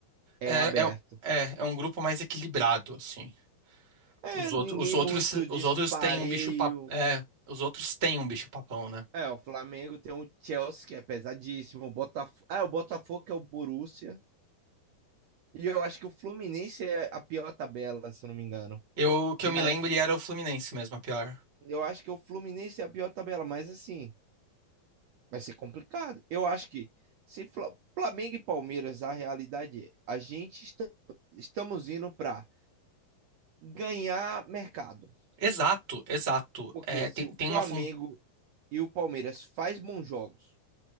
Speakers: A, on the right (about 80°); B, on the right (about 60°).
A: É
B: É,
A: aberto.
B: é, é, é um grupo mais equilibrado, assim.
A: É,
B: Os outros,
A: ninguém
B: os outros,
A: muito
B: os
A: dispareio.
B: outros têm um bicho pap, é, os outros têm um bicho papão, né?
A: É, o Flamengo tem o Chelsea, que é pesadíssimo. O Botafogo, ah, o Botafogo que é o Borussia. E eu acho que o Fluminense é a pior tabela, se eu não me engano.
B: Eu, o que
A: Mas
B: eu me lembro, ele era o Fluminense mesmo, a pior.
A: eu acho que o Fluminense é a pior tabela, mas assim. vai ser complicado. Eu acho que se Fla- Flamengo e Palmeiras, a realidade é, a gente está- estamos indo para ganhar mercado.
B: Exato, exato.
A: Porque
B: É, tem,
A: se o
B: tem
A: Flamengo
B: uma fun...
A: e o Palmeiras faz bons jogos